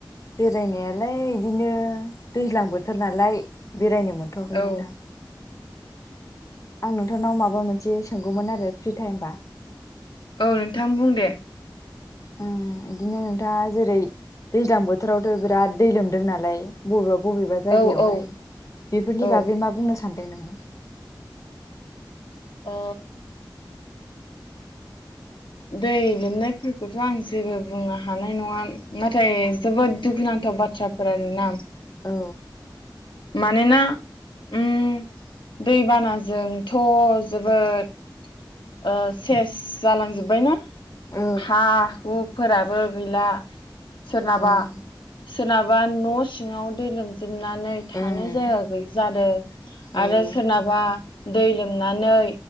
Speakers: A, on the left; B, on the left.
A: बेरायनायालाय इदिनो दैज्लां बोथोर नालाय बेरायनो मोनथ'वाखै
B: औ
A: नोंथां आं नोंथांनाव माबा मोनसे सोंगौमोन आरो फ्रि टाइमबा।
B: औ नोंथां बुं दे।
A: ओम <inaudible> इदिनो नोंथाङा जेरै दैज्लां बोथोरावथ' बिराद दै लोमदों नालाय बबेबा बबेबा जायगायावहाय
B: औ औ
A: बेफोरनि
B: औ
A: बागै मा बुंनो सानदों नोङो
B: अ दै लोमनायफोरखौथ' आं जेबो बुंनो हानाय नङा नाथाय जोबोद दुखुनांथाव बाथ्राफोर आरोना
A: औ
B: मानोना ओम दैबानाजोंथ' जोबोद ओ सेस जालांजोबो बायना
A: औ
B: हा हुफोराबो गैला सोरनाबा
A: ओं
B: सोरनाबा न' सिङाव दै लोमजोबनानै थानो
A: ओं
B: जायगा गैयि जादों
A: औ उम
B: आरो सोरनाबा दै लोमनानै